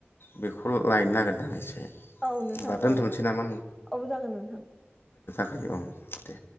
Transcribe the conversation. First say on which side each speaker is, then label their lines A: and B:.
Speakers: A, on the left (about 60°); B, in the centre.
A: बेखौ लायनो नागिरदों आं एसे
B: औ नोंथां
A: होमबा दोनथ'नोसै
B: औ
A: नामा
B: औ जागोन नोंथां।
A: हायो औ दे